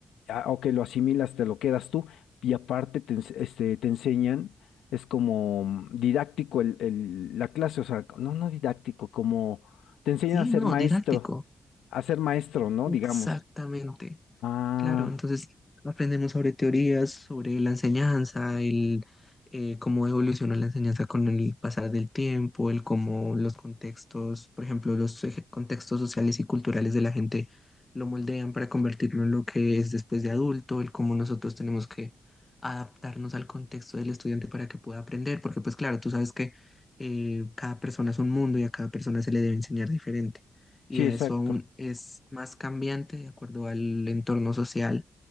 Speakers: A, on the left; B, on the left.
A: ah, o que lo asimilas, te lo quedas tú. Y aparte te, ens- este, te enseñan, es como mm, didáctico el, el- la clase, o sea, no, no didáctico, como te enseñan
B: Sí,
A: a ser
B: no,
A: maestro,
B: didáctico.
A: a ser maestro, ¿no?
B: Exactamente.
A: Digamos. Ah,
B: Claro, entonces aprendemos sobre teorías, sobre la enseñanza, el eh, cómo evoluciona la enseñanza con el pasar del tiempo, el cómo los contextos, por ejemplo, los eje- contextos sociales y culturales de la gente lo moldean para convertirlo en lo que es después de adulto, el cómo nosotros tenemos que adaptarnos al contexto del estudiante para que pueda aprender, porque pues claro, tú sabes que eh, cada persona es un mundo y a cada persona se le debe enseñar diferente
A: sí,
B: y eso
A: exacto.
B: aún es más cambiante de acuerdo al entorno social